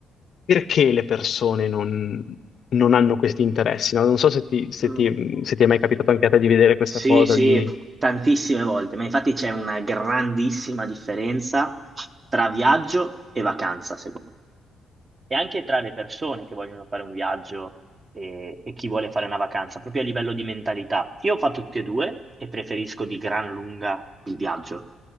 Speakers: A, on the left; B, on the right.
A: perché le persone non, non hanno questi interessi, no? Non so se ti, se
B: Mm.
A: ti- se ti è mai capitato anche a te di vedere questa
B: Sì,
A: cosa,
B: sì,
A: di...
B: tantissime volte, ma infatti c'è una grandissima differenza tra viaggio e vacanza, secondo me. e anche tra le persone che vogliono fare un viaggio e, e chi vuole fare una vacanza, proprio a livello di mentalità. Io ho fatto tutti e due e preferisco di gran lunga il viaggio.